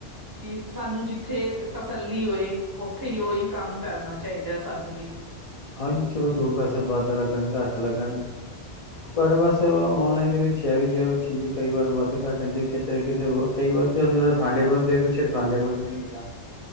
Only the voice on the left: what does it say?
ਹਾਂਜੀ ਚਲੋ ਦੋ ਪੈਸੇ ਵੱਧ ਲੱਗਣ, ਘੱਟ ਲੱਗਣ ਪਰ ਬਸ ਓਨਲਾਈਨ ਦੇ ਵਿੱਚ ਹੈ ਵੀ ਜੇ ਓਈ ਚੀਜ਼ ਕਈ ਵਾਰ ਵੱਧ ਘੱਟ ਆਂਦੀ ਕਿਤੇ ਨਾ ਕਿਤੇ ਕਈ ਵਾਰ ਤੇ ਜੜੇ ਫਾਂਡੇ ਪਰਦੇ ਕੁਛ ਏਕ ਫਾਂਡੇ ਪਰ ਨ ਹੁੰਦੇ ਆ।